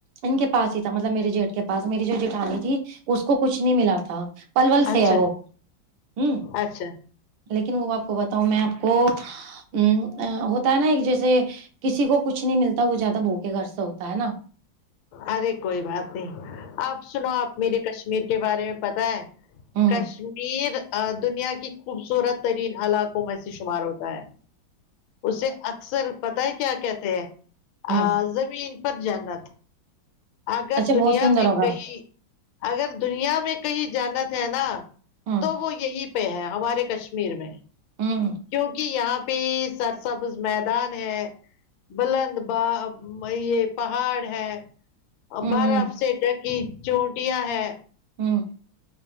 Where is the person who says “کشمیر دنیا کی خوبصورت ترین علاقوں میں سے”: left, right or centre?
Left